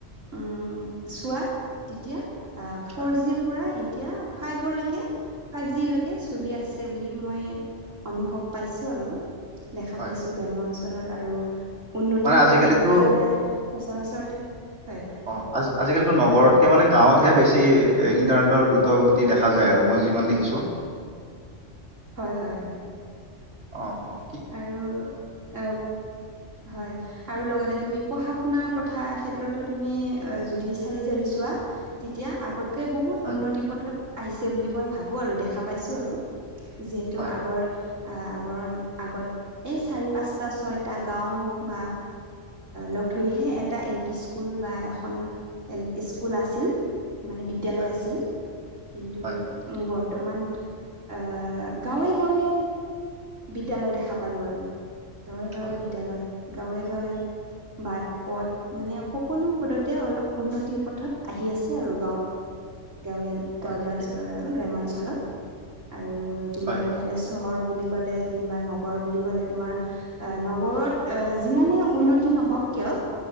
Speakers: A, on the right; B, on the right.
A: উম চোৱা। তেতিয়া আহ ফৰ
B: হয়
A: জিৰ পৰা এতিয়া ফাইভলৈকে ফাইভ জি লৈকে চলি আছে বুলি মই অনুভৱ পাইছোঁ আৰু। দেখা
B: হয়
A: পাইছো গ্ৰাম্য অঞ্চলত আৰু উন্নতিৰ
B: মানে আজিকালিতো
A: কথা কবলৈ গলে সচৰাচৰতে হয়
B: অঁ, আজি আজিকালিতো নগৰতকে
A: হয় হয়
B: মানে গাঁৱতহে বেছি ইণ্টাৰনেটৰ দ্ৰুত গতি দেখা যায় আৰু মই যিমান দেখিছোঁ।
A: হয় হয় হয়।
B: অঁ অঁ
A: আৰু অঁ হয়। আৰু লগতে তুমি পঢ়া শুনাৰ কথা ক্ষেত্ৰতো তুমি অঁ যদি চালি জাৰি চোৱা। তেতিয়া আগতকৈ বহুত
B: হয়
A: উন্নতি পথত আহিছে বুলি মই ভাবোঁ আৰু দেখা পাইছোঁ আৰু। যিহেতু
B: হয়
A: আগৰ আগৰ আগত এই চাৰি পাঁচটা ছয়টা গাঁও বা লগ ধৰিহে এটা এলপি স্কুল বা এখন এল স্কুল আছিল মানে বিদ্যালয়
B: হয়
A: আছিল, কিন্তু
B: হয়
A: উম বৰ্তমান অঁ গাঁৱে গাঁৱে বিদ্যালয় দেখা পালোঁ আৰু, গাঁৱে গাঁৱে
B: হয়
A: বিদ্যালয় গাঁৱে গাঁৱে বাট পথ মানে সকলো পদতে অলপ উন্নতিৰ পথত আহি আছে আৰু গাঁও, গাঁওৰিয়ান
B: হয়
A: গাঁৱলীয়া অঞ্চলত
B: এক
A: আৰু গ্ৰাম্য অঞ্চলত, আৰু তোমাৰ
B: হয় হয়
A: এইফালে চহৰ বুলি ক'লে যেনিবা নগৰ বুলি ক'লে তোমাৰ অহঁ নগৰত যিমানে উন্নতি নহওক কিয়?